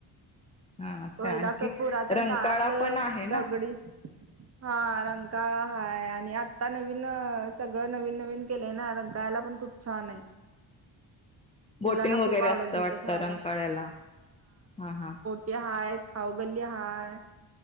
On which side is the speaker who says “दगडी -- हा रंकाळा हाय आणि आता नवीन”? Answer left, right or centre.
Right